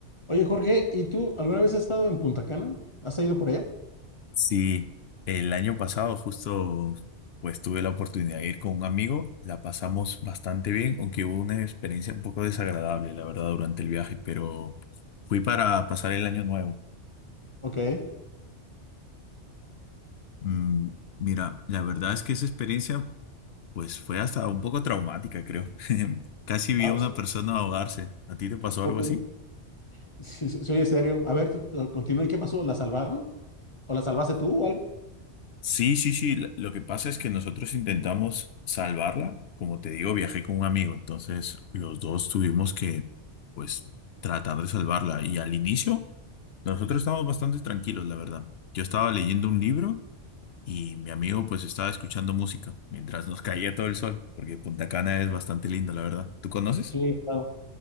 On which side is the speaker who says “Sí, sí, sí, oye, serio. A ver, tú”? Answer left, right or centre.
Left